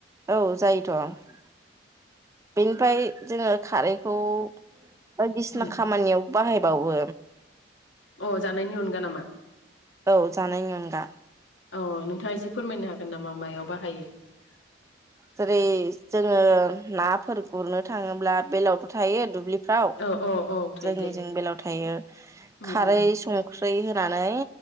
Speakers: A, on the right; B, on the left.
A: औ जायोथ' बेनिफ्राय जोङो खारैखौ बायदिसिना
B: उम
A: खामानियाव बाहायबाय बावो
B: अ जानायनि अनगा नामा
A: अ जानायनि अनगा
B: औ नोंथाङा एसे फोरमायनो हागोन नामा मायाव बाहायो
A: जेरै जोङो नाफोर गुरनो थाङोब्ला बेलायावथ' थायो दुब्लि फ्राव
B: औ औ औ थायो
A: जोंनि
B: थायो
A: जों बेलायाव थायो
B: उम
A: खारै
B: उम
A: संख्रै होनानै